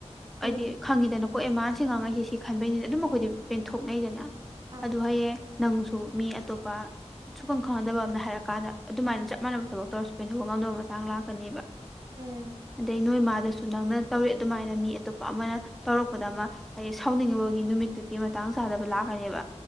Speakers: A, on the right; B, in the centre.
A: ꯍꯨꯏ
B: ꯍꯥꯏꯗꯤ ꯈꯪꯉꯤꯗꯅ ꯍꯣꯏ ꯑꯦꯃꯥꯟꯁꯤ ꯉꯥꯡꯉꯩꯁꯦ ꯁꯤ ꯈꯟꯕꯩꯅꯤꯅ ꯑꯗꯨꯝ ꯑꯩꯈꯣꯏꯗꯤ ꯄꯦꯟꯊꯣꯛꯅꯩꯗꯅ
A: ꯑꯥ
B: ꯑꯗꯨꯣ ꯍꯌꯦꯡ ꯅꯪꯁꯨ ꯃꯤ ꯑꯇꯣꯞꯄ ꯁꯨꯐꯝꯝ ꯈꯪꯅꯗꯕ ꯑꯃꯅ ꯍꯥꯏꯔ ꯀꯥꯟꯗ ꯑꯗꯨꯃꯥꯏꯅ ꯆꯞ ꯃꯥꯟꯅꯕ ꯊꯕꯛ ꯇꯧꯔꯁꯨ ꯄꯦꯟꯊꯣꯛꯄ ꯉꯝꯗꯕ ꯃꯇꯥꯡ ꯂꯥꯛꯀꯅꯦꯕ
A: ꯎꯝ
B: ꯑꯗꯩ ꯅꯣꯏ ꯃꯥꯗꯁꯨ ꯅꯪꯅ ꯇꯧꯔꯛ ꯑꯗꯨꯃꯥꯏꯅ ꯃꯤ ꯑꯇꯣꯞꯄ ꯑꯃꯅ ꯇꯧꯔꯛꯄꯗ ꯑꯃ ꯍꯥꯏꯗꯤ ꯁꯥꯎꯅꯤꯡꯉꯕꯒꯤ ꯅꯨꯃꯤꯠꯇꯨꯒꯤ ꯃꯇ ꯃꯇꯥꯡ ꯆꯥꯗꯕ ꯂꯥꯛꯀꯅꯦꯕ